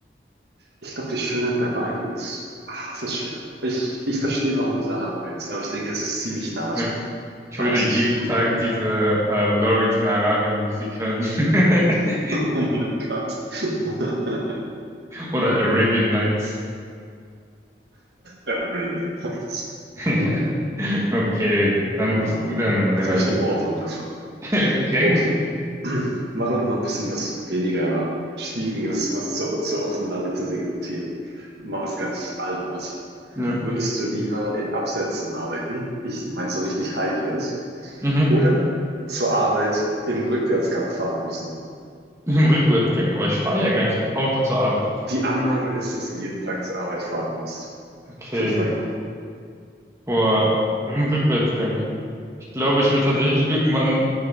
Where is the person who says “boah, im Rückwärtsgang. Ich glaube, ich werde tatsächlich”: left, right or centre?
Right